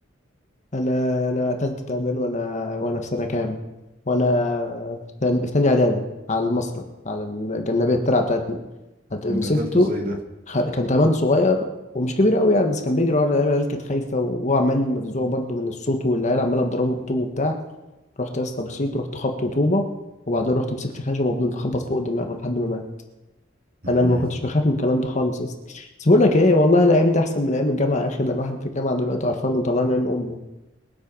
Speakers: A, on the left; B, on the right.
A: انا انا قتلت تعبان وانا وانا في سنه كام وانا في تل- في تانية اعدادي على المصرف على الجنبيه الترعه بتاعتنا هت- مسكته
B: انت قتلته ازاي ده
A: خ- كان تعبان صغير ومش كبير قوي يعني بس كان بيجري ورا العيال العيال كانت خايفه وهو عمال مفزوع برضه من الصوت والعيال عماله تضربه بالطوب وبتاع رحت يا اسطى مشيت رحت خبط طوبه وبعدين رحت مسكت خشبه وفضلت اخبط فوق دماغه لحد ما مات
B: امم
A: انا انا ما كنتش بخاف من الكلام ده خالص يا اسطى بس بقول لك ايه والله الايام دي احسن من ايام الجامعه يا اخي ده الواحد في الجامعه دلوقتي قرفان وطلعان عين امه